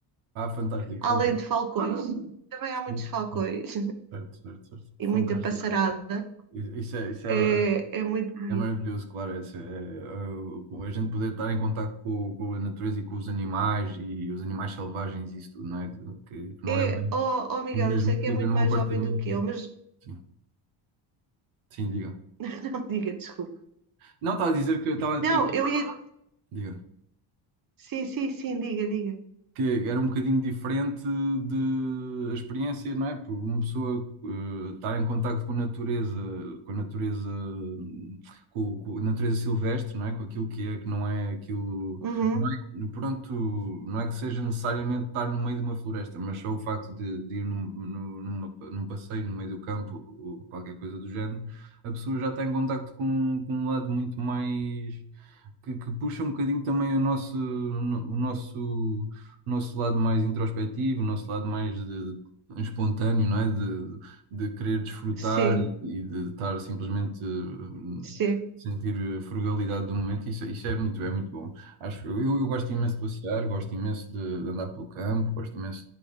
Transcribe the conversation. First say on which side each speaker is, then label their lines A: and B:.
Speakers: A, on the right; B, on the right.
A: Ah, fantástico,
B: Além
A: fantástico.
B: de falcões, também
A: Sim,
B: há muitos falcões
A: sim, certo, certo, certo.
B: e muita
A: Fantástico.
B: passarada.
A: I- Isso é, isso é,
B: É, é muito bonito.
A: É maravilhoso, claro. Essa, é, uh, a gente poder estar em contato com, com a natureza e com os animais e os animais selvagens e isso tudo, não é? Que, que não
B: É,
A: é bem
B: oh, oh, Miguel,
A: o mesmo
B: eu sei
A: que
B: que
A: viver
B: é muito
A: num
B: mais
A: apartamento.
B: jovem do que
A: e-
B: eu, mas
A: Sim, sim, diga.
B: <laughs> não diga, desculpa
A: Não, estava a dizer que eu estava a
B: Não,
A: ter.
B: eu ia.
A: Diga.
B: Sim, sim, sim, diga, diga.
A: que era um bocadinho diferente de a experiência, não é? Por Uma pessoa eh, estar em contacto com a natureza, com a natureza, hum, com, com a natureza silvestre, não é? Com aquilo que é, que não é aquilo,
B: Uhum,
A: não é, pronto, não é que seja necessariamente estar no meio de uma floresta, mas só o facto de, de ir num, num- numa- num passeio no meio do campo ou qualquer coisa do género, a pessoa já está em contacto com, com um lado muito mais que, que puxa um bocadinho também o nosso, o nosso, o nosso lado mais introspectivo, o nosso lado mais de- espontâneo, não é? De, de querer desfrutar
B: Sim,
A: e, e de estar simplesmente eh,
B: sim,
A: sentir a frugalidade do momento. Isso, isso é muito, é muito bom. Acho, eu, eu gosto imenso de passear, gosto imenso de, de andar pelo campo, gosto imenso,